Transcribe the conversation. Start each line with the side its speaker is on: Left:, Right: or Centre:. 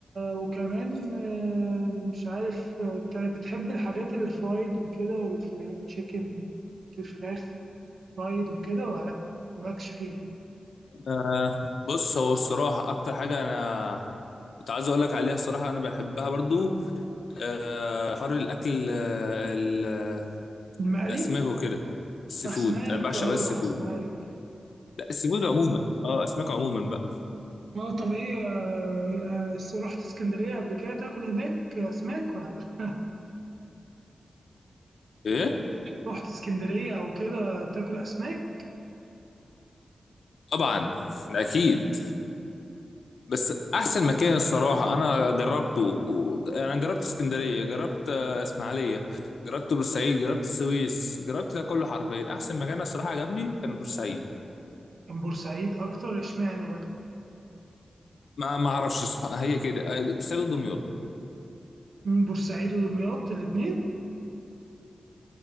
Right: وكمان آه، مش عارف آه، انت بتحب الحاجات اللي فرايد وكده والتشيكن الفراخ فرايد وكده ولا لا مالكش فيها
Left: آه بص هو الصراحة أكتر حاجة أنا كنت عايز أقول لك عليها الصراحة أنا بحبها برضو آه حر الأكل ال ال
Right: المقلي
Left: الأسماك وكده السي
Right: اسماك
Left: فود أنا بعشق
Right: اه
Left: بس السي فود
Right: اسماك
Left: لا السي فود عموما أه أسماك عموما بقى
Right: اه طب ايه آه، آه، رحت اسكندرية قبل كده تاكل هناك اسماك ولا لا؟
Left: إيه
Right: رحت اسكندرية او كده تاكل اسماك
Left: طبعا ده أكيد بس أحسن مكان الصراحة أنا جربته و- أنا جربت اسكندرية جربت آه، إسماعيلية جربت بورسعيد جربت السويس جربت ده كله حرفيا أحسن مكان الصراحة عجبني كان بورسعيد
Right: كان بورسعيد اكتر اشمعنى بقى
Left: ما ما أعرفش الصراحة، هي كده آه، بورسعيد ودمياط
Right: مم، بورسعيد ودمياط الاتنين